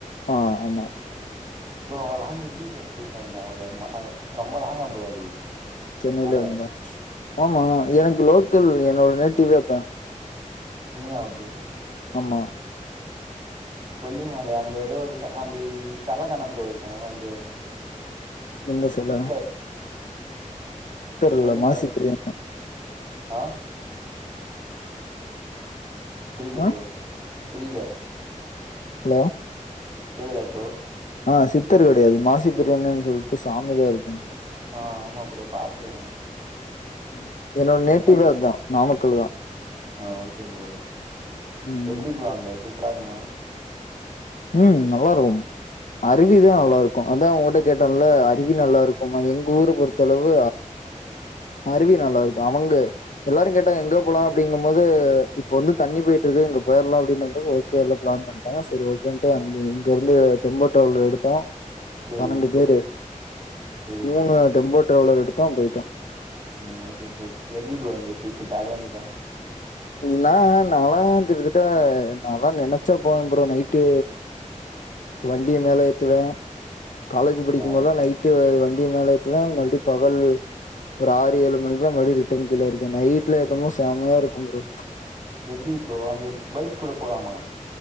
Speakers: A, on the left; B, on the right.
A: ஆ ஆமா
B: ப்ரோ அவ்ளோ லாங் எப்படி ப்ரோ போய்ட்டு வரீங்க அவ்ள அ ரொம்ப லாங்கா ப்ரோ அது
A: சென்னைல
B: மல
A: இருந்த ஆமா எனக்கு லோக்கலு என்னோட நேட்டிவே அதா
B: உண்மையா ப்ரோ
A: ஆமா
B: கொல்லிமல அங்க எதோ ஒரு அந்த செல தான ப்ரோ இருக்கு அந்த
A: எந்த செல
B: சித்தர் கொல்லிமல
A: இல்ல மாசி
B: சித்
A: பிரியன்
B: அ புரில ப்ரோ
A: ஆ
B: புரில
A: ஹலோ
B: கேக்குதா ப்ரோ
A: ஆ சித்தர் கெடையாது மாசி பிரியாணுன்னு சொல்லிட்டு சாமிதா இருக்கு
B: ஆஹ் ஆமா ப்ரோ பாத்துக்குற
A: ம் என்னோட நேட்டிவே
B: பாத்துக்கிறே
A: அதான் நாமக்கல் தான்
B: ஆ ஓகே ப்ரோ
A: ம்
B: எப்டி ப்ரோ அங்க சூப்பரா இருக்குமா
A: ம் நல்லாருக்கு அருவிதா அவ்ளோ இருக்கு. அதா ஊன்ட்ட கேட்டெல்ல. அருவி நல்லாருக்குமா எங்க ஊர பொறுத்த அளவு அருவி நல்லா இருக்கு. அவுங்க எல்லாரு கேட்டாங்க எங்க போலா அப்பிடிங்குபோது இப்ப வந்து தண்ணி போய்ட்டு இருக்கு இங்க போய்ர்லா அப்பிடினதுக்கு ஓகே எல்லா ப்ளான் பண் தானா செரி ஓகேன்ட்டு அங்க இங்க இருந்து டெம்போ ட்ராவலர் எடுத்தோ
B: சேரி
A: பன்னெண்டு
B: ப்ரோ
A: பேரு.
B: சேரி
A: மூணு
B: ப்ரோ
A: டெம்போ ட்ராவலர் எடுத்தோ போய்ட்டோ.
B: ம் ஓகே ப்ரோ எப்டி ப்ரோ இருந்தது ட்ரிப் ஜாலியா இருந்துதா
A: நீலா நால்லா திட்ட தட்ட நால்லா நெனச்சே போன ப்ரோ நைட்டு வண்டிய மேல ஏத்துவே. காலேஜ் படிக்கும்போதெல்லா
B: ஆ
A: நைட்டு வண்டிய மேல ஏத் துவே மறுபடியு பகலு ஒரு ஆறு ஏழு மணிக்லா மறுபடி ரிட்டன் கீழ இருக்கே. நைட்ல ஏத்துமோ செமையா இருக்கு ப்ரோ
B: எப்டி ப்ரோ அந்த பைக் கூட போலாமா